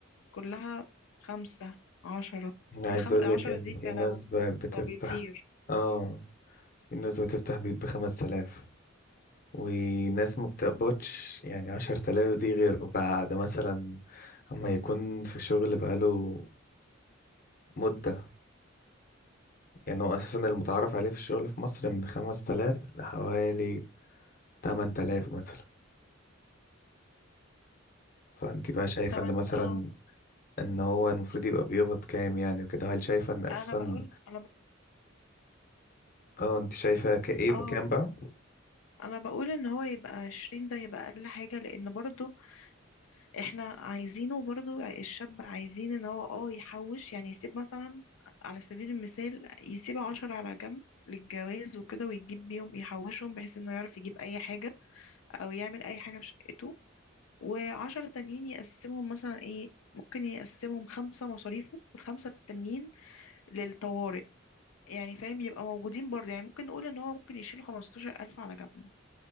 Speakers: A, on the left (about 85°); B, on the left (about 45°).
A: كلها خمسة عشرة
B: أنا
A: بخم...
B: عايز اقول
A: عشرة
B: لك ان
A: دي
B: في ناس
A: لو
B: ب- بتفتح
A: لو بيطير
B: اه في ناس بتفتح بيوت بخمس آلاف وناس ما بتقبضش يعني عشر تلاف دي غير بعد مثلا اما يكون في شغل بقاله مدة يعني هو أساسا المتعارف عليه في الشغل في مصر من خمس تلاف لحوالي تمن تلاف مثلا فأنت بقى شايفة
A: طبعا
B: إن مثلا
A: اه
B: إن هو المفروض يبقى بيقبض كام يعني وكده هل شايفة إن أساسا
A: انا بقول انا
B: اه أنت شايفة كإيه
A: اه
B: بكام بقى
A: انا بقول ان هو يبقى عشرين ده يبقى اقل حاجة لان برضو احنا عايزينه برضو الشاب عايزين ان هو اه يحوش يعني يسيب مثلا على سبيل المثال يسيب عشرة على جنب للجواز وكده ويجيب بيهم يحوشهم بحيث انه يعرف يجيب اي حاجة او يعمل اي حاجة في شقته وعشرة تانيين يقسمهم مثلا ايه ممكن يقسمهم خمسة مصاريفه والخمسة التانيين للطوارئ يعني فاهم يبقى موجودين برضه يعني ممكن نقول ان هو ممكن يشيل خمستاشر ألف على جنب